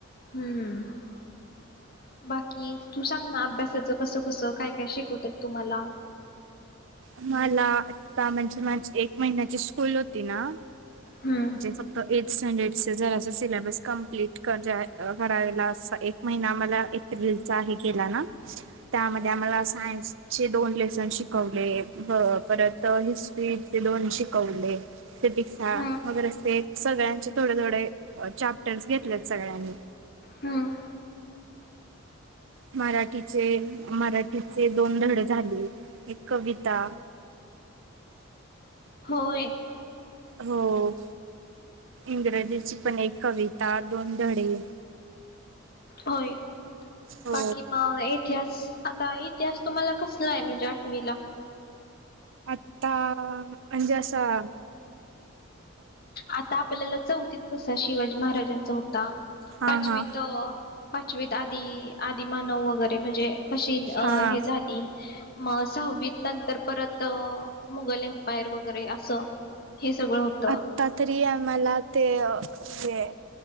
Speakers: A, on the left; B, on the right.
A: हम्म बाकी तू सांग ना अभ्यासाचं कस-कस, काय-काय शिकवतात तुम्हाला.
B: मला आता म्हणजे माझी एक महिन्याची स्कूल होती ना-
A: हम्म
B: जेच एट स्टॅण्डर्ड च जर अस सिलॅबस कम्प- प्लीट <inaudible> अस एक महिना आम्हाला एप्रिलचा हे गेला ना, त्यामध्ये आम्हाला सायन्स चे दोन लेसन शिकवले. <inaudible> परत हिस्ट्री चे दोन शिकवले. <unintelligible>
A: हम्म
B: सगळ्यांचे थोडे-थोडे अ चाप्टर्स घेतलेत सगळ्यांनी.
A: हम्म-
B: मराठीचे मराठीचे दोन धडे झाले, एक कविता-
A: होय-
B: हो इंग्रजीची पण एक कविता, दोन धडे-
A: होय
B: हो
A: बाकी म इतिहास आता- त्या- तुम्हाला कसला हाये म्ह्णजे आठवीला.
B: आत्ता अ म्ह्णजे असं-
A: आत्ता आपल्याला चौथीत कसा शिवाजी महाराजांचा होता.
B: हा
A: पाचवीत
B: हा
A: अ पाचवीत- आदी आदीमानव वगैरे- ते म्हंजे कशी
B: हा
A: अ हे झाली म सहावीत नंतर परत- त अ- मुगल एम्पायर वगैरे असं- हे सगळं होतं-
B: आत्ता तरी आम्हाला ते अ हे